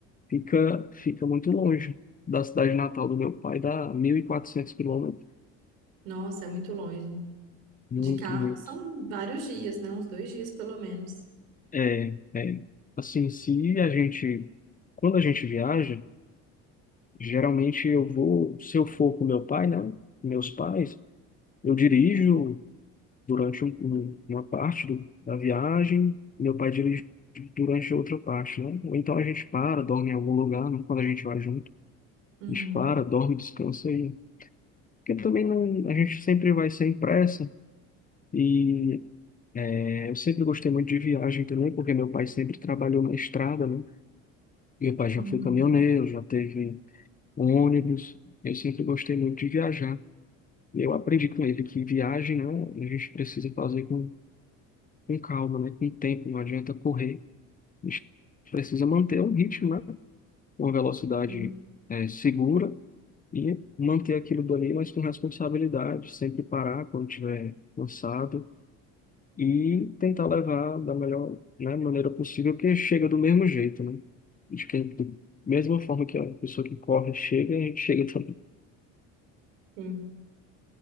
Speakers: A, on the left; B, on the right.
A: fica, fica muito longe da cidade natal do meu pai, dá 1.400 quilômetros.
B: Nossa, é muito longe.
A: Muito,
B: De carro
A: muito.
B: são vários dias, né? Uns dois dias, pelo menos.
A: É, é, assim, se a gente, quando a gente viaja, geralmente eu vou, se eu for com meu pai, né, meus pais, eu dirijo durante um- um- uma parte do- da viagem, meu pai dirige durante outra parte, né? Ou então a gente para, dorme em algum lugar, né? Quando a gente vai junto,
B: Uhum,
A: a gente para, dorme, descansa aí. Porque também não, a gente sempre vai sem pressa e é, eu sempre gostei muito de viagem também, porque meu pai sempre trabalhou na estrada, né? Meu pai já
B: uhum.
A: foi caminhoneiro, já teve um ônibus. Eu sempre gostei muito de viajar. E eu aprendi com ele que viagem, né, a gente precisa fazer com, com calma, né, com tempo, não adianta correr. A gente precisa manter um ritmo, né, uma velocidade
B: Sim,
A: eh, segura e manter aquilo dali, mas com responsabilidade. Sempre parar quando estiver cansado e tentar levar da melhor, né, maneira possível, porque chega do mesmo jeito, né? De que, da mesma forma que a pessoa que corre chega, a gente chega também.
B: sim.